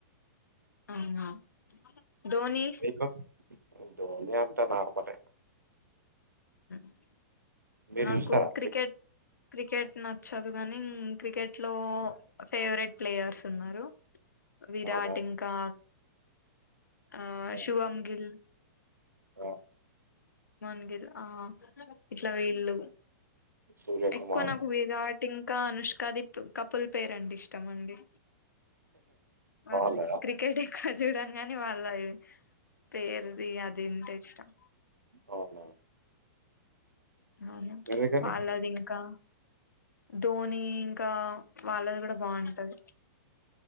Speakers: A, on the left; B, on the right.
A: అవునా ధోని
B: మీకు ధోని అంతా నార్మలే
A: <unintelligible>
B: మీరు
A: నాకు
B: చూస్తారా
A: క్రికెట్ క్రికెట్ నా చ్చదుగాని క్రికెట్ లో ఫేవరెట్ ప్లేయర్స్ ఉన్నారు విరాట్
B: అవునా
A: ఇంకా అ
B: ఆ
A: శుభమ్ గిల్
B: ఆ,
A: మన్ గిల్ ఆ ఇట్లా వీళ్ళు
B: సూర్యకుమార్
A: ఎక్కువ నాకు విరాట్ ఇం కా అనుష్క ది కపుల్ పేరంటే ఇష్టం అండి అ
B: వాళ్ళ
A: క్రికెట్ ఎక్కవ చూడను అని వాళ్ళయి పేరుది అదింటె ఇష్టం
B: అవునా
A: అవునా
B: ఎందుకని
A: వాళ్ళది, ఇంకా ధోని ఇంకా ప్చ్ వాళ్ళది, కూడా బాగుంటది.